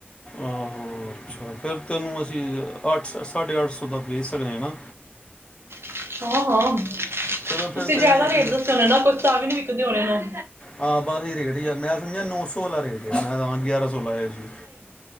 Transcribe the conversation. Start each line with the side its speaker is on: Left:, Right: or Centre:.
Left: ਆਹੋ ਅੱਛਾ ਫਿਰ ਤੈਨੂੰ ਅਸੀਂ ਅੱਠ ਸੌ ਦਾ ਵੇਚ ਸਕਦੇ ਆ ਨਾ
Right: <unintelligible>
Left: ਚਲੋ ਫਿਰ
Right: ਤੁਸੀਂ
Left: ਤੇ
Right: ਜਿਆਦਾ
Left: ਇੱਕ
Right: ਵੀ ਦੱਸੋ ਨਾ ਕੁਝ ਤਾਂ ਵੀ ਨਹੀਂ ਵਿਕਦੇ ਹੋਣੇ ਨੂੰ
Left: ਹਾਂ ਬਸ ਇਹ ਰੇਟ ਹੀ ਆ ਮੈਂ ਸਮਝਿਆ ਨੌ ਸੌ ਵਾਲਾ ਰੇਟ ਮੈਂ ਤਾਂ ਯਾਰ ਮੈਂ ਲਆ ਸੀ